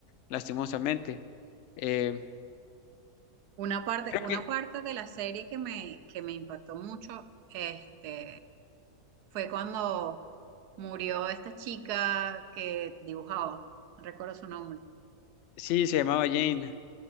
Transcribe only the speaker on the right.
Una parte,
una
parte de la serie que me, que me impactó mucho, este, fue cuando murió esta chica que dibujaba, no recuerdo su nombre.